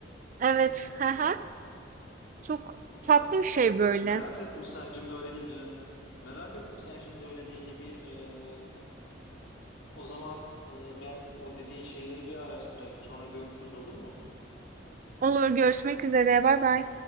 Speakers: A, on the right; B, on the left.
A: Evet. <laughs> Hı hı. Çok tatlı
B: evet.
A: bir şey böyle.
B: Merak ettim sen şimdi öyle deyince. Merak ettim sen şimdi öyle deyince bir e, o zaman e, ben o dediğin şeyleri bir araştırayım. Sonra görüşürüz olur mu?
A: Olur, görüşmek üzere. bay bay